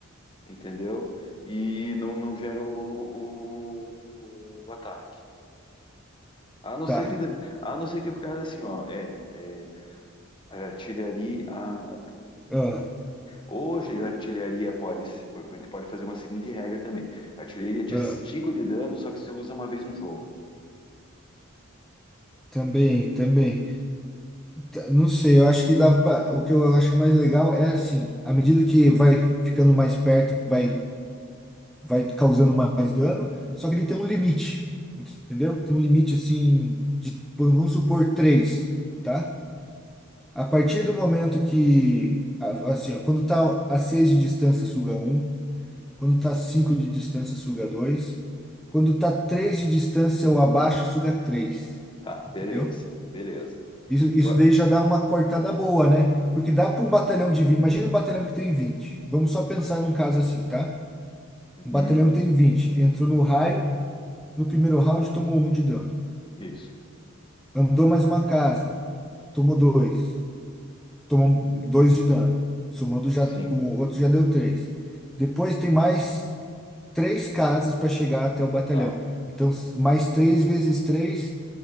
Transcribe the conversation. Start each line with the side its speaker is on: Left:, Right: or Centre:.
Left: entendeu? E não, não gera o, o, o ataque. A não
Centre: Tá.
Left: ser que, a não ser que o cara assim, ó, é, é a artilharia. a-
Centre: Ah,
Left: hoje a artilharia pode, se- a gente pode fazer uma seguinte regra também: a artilharia tinha
Centre: ah,
Left: 5 de dano, só que se usa uma vez no jogo.
Centre: também, também. Tá, Não sei, eu acho que dava pra, o que eu acho que mais legal é assim, à medida que vai ficando mais perto, vai vai causando mais dano, só que ele tem um limite, entendeu? Tem um limite assim de, pô, vamos supor, 3, tá? A partir do momento que a- assim, ó, quando tá a 6 de distância suga um, quando tá a 5 de distância suga 2, quando
Left: Uhum.
Centre: tá 3 de distância ou abaixo suga 3,
Left: Tá,
Centre: entendeu?
Left: beleza, beleza.
Centre: Isso, isso
Left: Eu...
Centre: daí já dá uma cortada boa, né? Porque dá para um batalhão de 20. Imagina um batalhão que tem vinte Vamos só pensar num caso assim, tá?
Left: Uhum,
Centre: Um batalhão tem vinte Entrou no raio, no primeiro round tomou um de dano.
Left: isso,
Centre: Andou mais uma casa, tomou dois. Tomou dois de dano. Somando já
Left: sim,
Centre: com o outro já deu três. Depois tem mais três casas para chegar até o batalhão.
Left: tá.
Centre: Então, mais três vezes três,